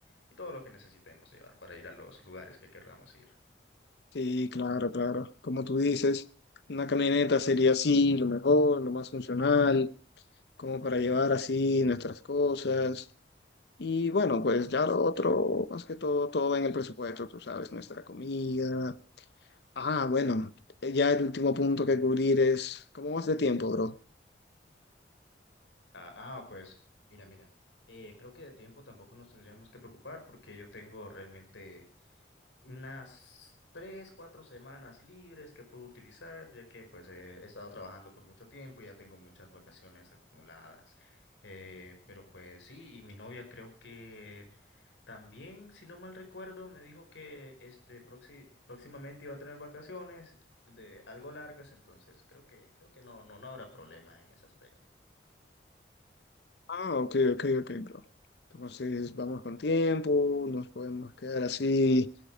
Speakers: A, on the left; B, on the left.
A: y todo lo que necesitemos llevar para ir a los lugares que querramos ir.
B: Sí, claro, claro. Como tú dices, una camioneta sería así, lo mejor, lo más funcional, como para llevar así nuestras cosas. Y bueno, pues ya lo otro, más que todo, todo va en el presupuesto, tú sabes, nuestra comida. Ah, bueno, ya el último punto que cubrir es, ¿cómo vas de tiempo, bro?
A: Ah, ah, pues, mira, mira. eh, creo que de tiempo tampoco nos tendríamos que preocupar porque yo tengo realmente unas tres, cuatro semanas libres que puedo utilizar, ya que pues eh, he estado trabajando por mucho tiempo, ya tengo muchas vacaciones acumuladas. Eh, pero pues sí, y mi novia creo que también, si no mal recuerdo, me dijo que este proxi- próximamente iba a tener vacaciones de algo largas, entonces creo que creo que no no no habrá problema en ese aspecto.
B: Ah, ok, ok, ok, bro. Entonces vamos con tiempo, nos podemos quedar así.